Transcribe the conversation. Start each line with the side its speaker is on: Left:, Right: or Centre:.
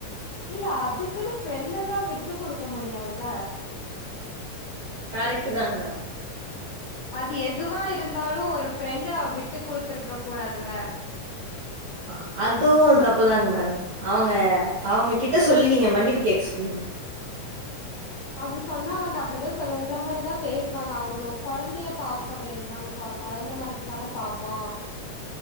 Left: இல்ல அதுக்குன்னு ஃப்ரெண்டெல்லா விட்டு கொடுக்க முடியாதுல
Right: கரெக்ட்டுதாங்க மேடம்
Left: அது எதுவா இருந்தாலு ஒரு ஃப்ரெண்ட விட்டு குடுத்துருக்க கூடாதுல
Right: ஆ அதுவு தப்புதாங்க மேடம் அவ்ங்க அவ்ங்க கிட்ட சொல்லி நீங்க மன்னிப்பு கேக்க சொல்லுங்க
Left: அது சொன்னா அவங்க அப்டிதா சொல்லுவாங் உங்கள மாரிதா பேசுவாங்க அவங்களு கொழந்தைய பாக்க வேண்டாங்கபா கொழந் ந்த மனசுதானே பாப்போ